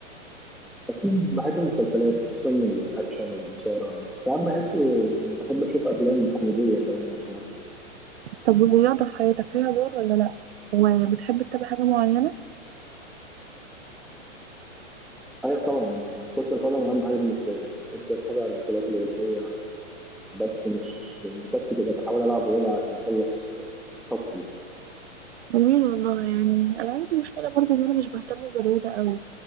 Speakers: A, in the centre; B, on the right.
A: أكيد بحب المسلسلات خصوصا الأكشن والإثارة بس ساعات بحس إني بحب أشوف أفلام كوميدية كمان عشان أضحك
B: طب والرياضه في حياتك ليها دور ولا لا وبتحب تتابع حاجه معينه
A: أيوة طبعا يعني كرة القدم أهم حاجة بالنسبة لي بحب أتابع البطولات الأوروبية بس مش مش بس كده بحاول ألعب رياضة عشان أخلص طاقتي
B: جميل والله يعني انا عندي مشكله برضو ان انا مش بهتم بالرياضه قوي